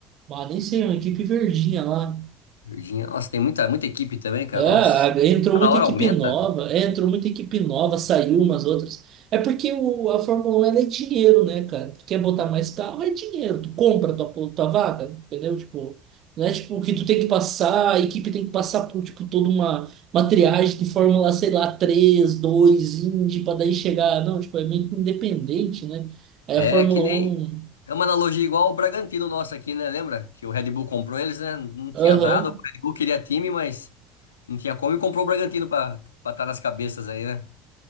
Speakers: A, on the right; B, on the left.
A: Ah, nem sei, é uma equipe verdinha lá.
B: Virgínia. Nossa, tem muita, muita equipe também, cara.
A: É,
B: Nossa.
A: a- entrou
B: Cada
A: muita
B: hora
A: equipe
B: aumenta.
A: nova, é, entrou muita equipe nova, saiu umas outras. É porque o, a Fórmula 1 ela é dinheiro, né, cara? Tu quer botar mais carro, é dinheiro. Tu compra tua, po- tua vaga, entendeu? Tipo, não é tipo que tu tem que passar, a equipe tem que passar por tipo toda uma, uma triagem de Fórmula, sei lá, 3 2 Indy, pra daí chegar. Não, tipo, é meio que independente, né? Aí
B: É
A: a Fórmula
B: que nem.
A: 1.
B: É uma analogia igual ao Bragantino nosso aqui, né? Lembra? Que o Red Bull comprou eles, né? Não tinha
A: Aham.
B: nada. O Red Bull queria time, mas não tinha como e comprou o Bragantino pra estar nas cabeças aí, né?